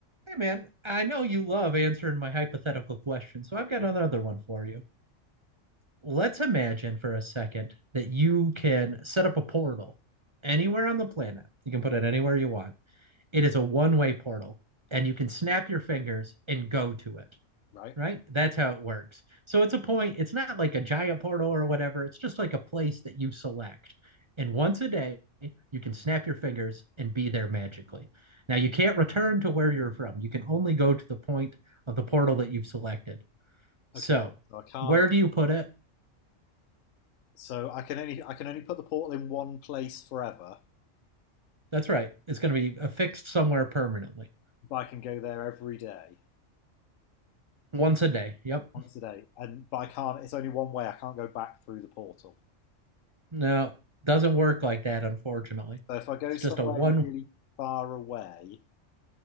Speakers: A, on the right (about 30°); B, on the left (about 85°).
A: Hey man, I know you love answering my hypothetical questions, so
B: Uh,
A: I've got another one for you. Let's imagine for a second that you can set up a portal anywhere on the planet. You can put it anywhere you want. It is a one-way portal, and you can snap your fingers and go to it
B: Right.
A: right? That's how it works. So it's a point, it's not like a Jaya portal or whatever. It's just like a place that you select. And once a day, you can snap your fingers and be there magically. Now, you can't return to where you're from. You can only go to the point of the portal that you've selected. So,
B: Okay. So I can't.
A: where do you put it?
B: So I can only I can only put the portal in one place forever,
A: That's right. It's going to be affixed somewhere permanently
B: but I can go there every day,
A: once a day. Yep.
B: once a day, and but I can't. It's only one way. I can't go back through the portal.
A: No, doesn't work like that, unfortunately.
B: So if I go
A: It's
B: somewhere
A: just a one.
B: really far away,